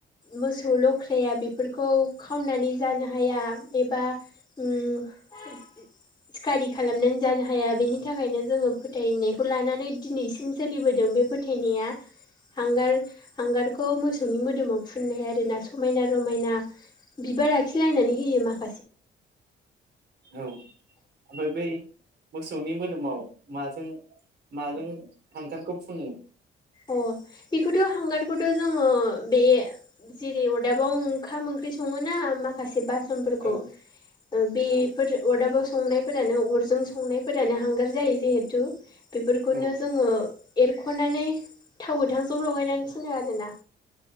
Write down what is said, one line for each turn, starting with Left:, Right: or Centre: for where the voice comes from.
Left: मोसौ लख्राया बेफोरखौ खावनानै जानो हाया। एबा उम सिकारि खालामनानै जानो हाया बेनि थाखायनो जोङो फोथायनायखौ लानानै दिन नैसोम सोलिबोदों बे फोथायनाया हांगार हांगार खौ मोसौनि मोदोमाव फुननाय आरोना समायना रमायना बिबार आखिलायनानै होयो माख
Right: औ ओमफाय बे बे मोसौनि मोदोमाव माजों माजों हांगारखौ फुनो?
Left: अ बेखौथ' हांगारखौथ' जोङो बे जेरै अरदाबाव ओंखाम ओंख ख्रि संओ ना माखासे बासन फोरखौ
Right: औ
Left: ओ बेफोर
Right: औ
Left: अदाबाव स संनायफोरानो अरजों संनायफोरानो हांगार जायो जिहेथु बेफोरखौनो
Right: औ
Left: जोंङो एरख'नानै थाव गोथांजों लगायनानै फुनो आरोना